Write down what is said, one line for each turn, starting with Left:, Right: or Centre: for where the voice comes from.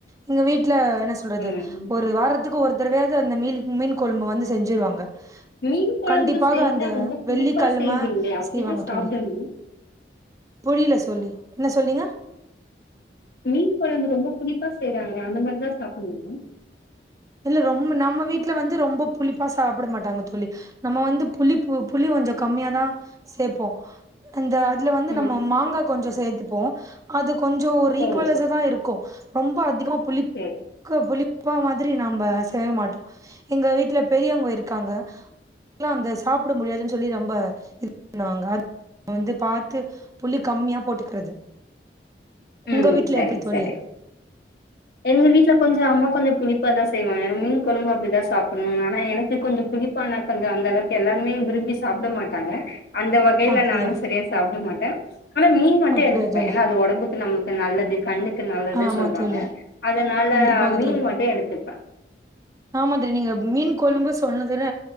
Right: எங்க வீட்ல என்ன சொல்றது
Left: ம்
Right: ஒரு வாரத் துக்கு ஒரு தடவையாவது அந்த மீன் மீன் கொழும்பு வந்து செஞ்சிருவாங்க
Left: மீன் கொழம்பு
Right: கண்டிப்பாக
Left: செய்தா
Right: அந்த
Left: ரொம்ப புளிப்பா
Right: வெள்ளிக் கலம
Left: செய்வீங்களே அப்டிதா
Right: செய்வாங்க
Left: சாப்டணுமா
Right: தோழி புரியல சோலி என்ன சொன்னீங்க
Left: மீன் கொழம்பு ரொம்ப புளிப்பா செய்யறாங்களே அந்த மாரிதா சாப்பிட்ணுமா
Right: இல்ல ரொம்ப நம்ம வீட்ல வந்து ரொம்ப புளிப்பா சாப்பிட மாட்டாங்க தோளி நம்ம வந்து புளிப்பு புளி கொஞ்சோ கம்மியாதா சேப்போ அந்த அதுல வந்து
Left: ம்
Right: நம்ம மாங்கா கொஞ்சோ சேர்த்துப்போ அது கொஞ்சோ ஒரு ஈக்குவல்லைஸா
Left: ஓ
Right: தா இருக் கோ ரொம்ப அதிகமா புளிப்
Left: ம்
Right: க்கோ புளிப்பா மாதிரி நாம்ப செய்ய மாட் எங்க வீட்டுல பெரியவங்க இருக்காங்க இல்ல அந்த சாப்பிட முடியாதுன்னு சொல்லி ரொம்ப இது பண்ணுவாங்க வந்து பாத்து புளி கம்மியா போட்டுக்கிறது உங்க
Left: ம்
Right: வீட்ல
Left: சரி
Right: எப்டி தோழி
Left: சரி எங்க வீட்ல கொஞ்சோ அம்மா கொஞ்ச புளிப்பா தா செய்வாங்க மீன் கொழம்பு அப்படிதா சாப்பிட்ணூ ஆனா எனக்கு கொஞ்சோ புளிப் ப்பானாக்கா கொஞ்சோ அந்த அளவுக்கு எல்லாருமே விரும்பி சாப்பிட மாட்டாங்க அந்த வகையில
Right: அப்டியா
Left: நானூ செரியா சாப்பிட மாட்டே ஆனா மீன் மட்டூ
Right: அப்டியா
Left: எடுத்துப்பே
Right: தோழி
Left: ஏன்னா அது ஒடம்புக் கு நம்மளுக்கு நல்லது கண்ணுக்கு நல்லது
Right: ஆமா
Left: சொல்வாங்க
Right: தோழி
Left: அதனால
Right: கண்டிப்பாக
Left: மீன் மட்டூ எடுத்துப்பே
Right: ஆ மாதிரி நீங்க மீன் கொழும்பு சொன்னதுல